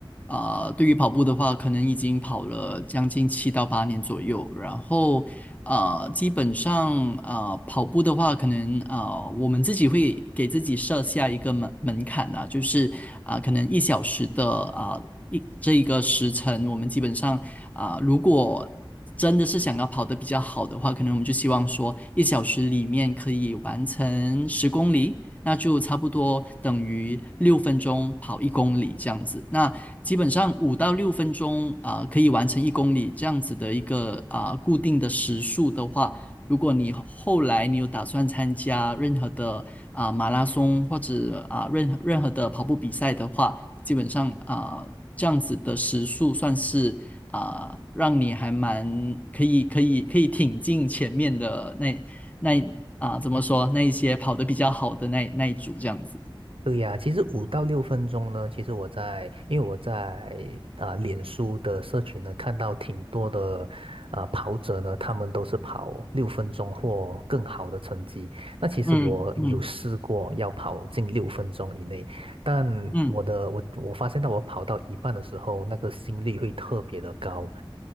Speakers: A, on the left; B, on the right.
A: 啊、呃对于跑步的话，可能已经跑了将近七到八年左右，然后啊，基本上啊，呃跑步的话，可能啊，呃我们自己会给自己设下一个门门槛啊，就是啊、可能一小时的啊、一这一个时辰，我们基本上啊、如果真的是想要跑得比较好的话，可能我们就希望说一小时里面可以完成十公里那就差不多等于六分钟跑一公里这样子。那基本上五到六分钟啊、呃可以完成一公里这样子的一个啊、呃固定的时速的话，如果你后来你有打算参加任何的啊、呃马拉松或者啊、呃任何任何的跑步比赛的话，基本上啊、呃这样子的时速算是。啊、呃让你还蛮可以可以可以挺进前面的那那一啊、怎么说那一些跑得比较好的那那一组这样子。
B: 对呀，其实五到六分钟呢，其实我在，因为我在啊、脸书的社群呢，看到挺多的啊、跑者呢，他们都是跑六分钟或更好的成绩。那其实我有试过要跑进六分钟以内，
A: 嗯嗯
B: 但我的我我发现到我跑到一半的时候，
A: 嗯，
B: 那个心率会特别的高。